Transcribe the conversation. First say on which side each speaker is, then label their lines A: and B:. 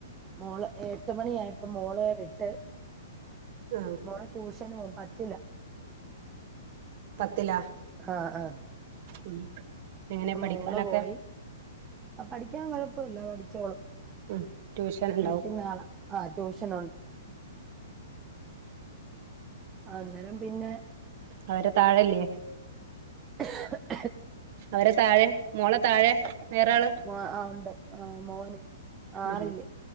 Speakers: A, on the right; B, on the right.
A: മോള് എ പത്ത് മണിയായപ്പം മോള് വിട്ട്
B: ആ
A: മോളെ ടൂഷ ട്ടനു പത്തില്ല
B: പത്തിലാ
A: ആ ആ
B: ഉം എങ്ങനെ
A: അ
B: പഠിക്കാനൊക്കെ
A: മോളെ പോയി ആ പഠിക്കാൻ കുഴപ്പവില്ല പഠിച്ചോളും
B: ഉം ട്യൂഷൻ ഉണ്ടാവും
A: പഠിക്കുന്ന ആളാ ആ ട്യൂഷനുണ്ട് അന്നേരം പിന്നെ
B: അവരെ താഴല്ലേ
A: <inaudible>
B: അവരെ താഴെ മോളെ താഴെ വേറെ ആള്
A: മ ആ ഉണ്ട് ആ മോന്
B: മൂന്ന്
A: ആറില്